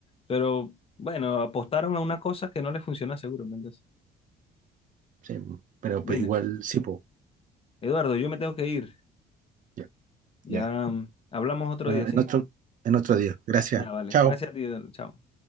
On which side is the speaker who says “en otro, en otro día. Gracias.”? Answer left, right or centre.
Right